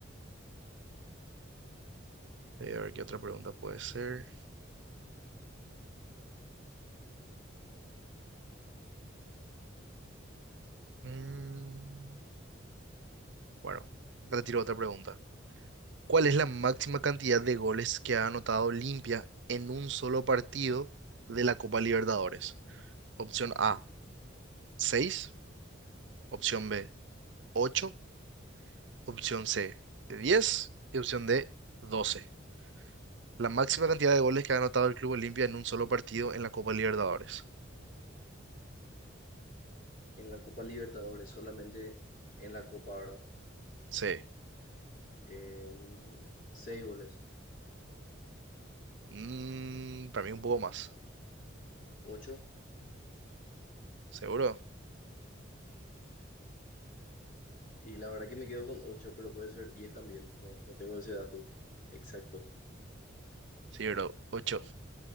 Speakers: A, on the right; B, on the left.
A: Eh, a ver qué otra pregunta puede ser. Mm, bueno, retiro otra pregunta. ¿Cuál es la máxima cantidad de goles que ha anotado Olimpia en un solo partido de la Copa Libertadores? Opción A, seis Opción B, ocho opción C, diez y opción D, doce La máxima cantidad de goles que ha anotado el Club Olimpia en un solo partido en la Copa Libertadores.
B: En la Copa Libertadores, solamente en la Copa, ¿verdad?
A: C.
B: Em, seis goles.
A: Mm, para mí un poco más.
B: Ocho.
A: ¿Seguro?
B: Y la verdad que me quedo con ocho, pero puede ser diez también. No, no tengo ese dato exacto.
A: Sí, bro. ocho